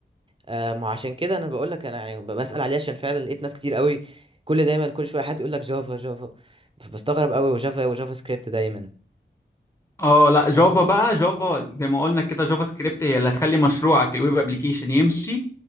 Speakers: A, on the right (about 30°); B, on the left (about 15°).
A: آه، ما عشان كده انا بقول لك انا يعني بسأل عليه عشان فعلا لقيت ناس كتير قوي كل دايما كل شويه حد يقول لك جافا جافا فبستغرب قوي وجافا ايه وجافا سكريبت دايما
B: اه لا جافا بقى جافا زي ما قلنا كده جافا سكريبت هي اللي هتخلي مشروعك الويب ابلكيشن يمشي